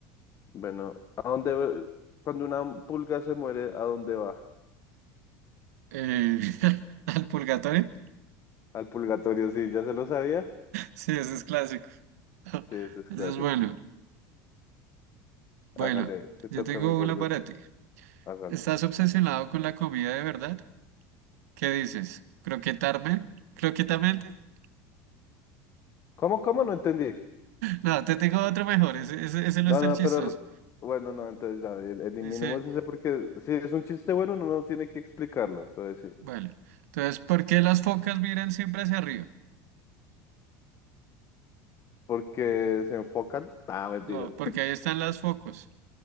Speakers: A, on the left; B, on the right.
A: Bueno, ¿a dónde. ve- Cuando una pulga se muere, ¿a dónde va?
B: Eh, <laughs> ¿al purgatorio?
A: Al purgatorio, sí, ¿ya se lo sabía?
B: Sí, ese es clásico. <laughs>
A: Sí, ese es
B: Ese
A: clásico.
B: es bueno. Bueno,
A: Hágale, te
B: yo
A: toca
B: tengo
A: mi gordo.
B: uno para ti.
A: Hágale.
B: ¿Estás obsesionado con la comida de verdad? ¿Qué dices? ¿Croquetarme? ¿Croquetamente? <laughs>
A: ¿Cómo, cómo? No entendí.
B: No, te tengo otro mejor. Ese, ese, ese no
A: No,
B: está
A: no,
B: el chistoso.
A: pero bueno, no, entonces ya, el- eliminemos
B: Dice,
A: ese porque si es un chiste bueno, uno no tiene que explicarlo, entonces sí,
B: bueno, entonces, ¿por qué las focas miran siempre hacia arriba?
A: porque se enfocan. Ah, mentiras.
B: No, porque
A: <laughs>
B: ahí están las focos.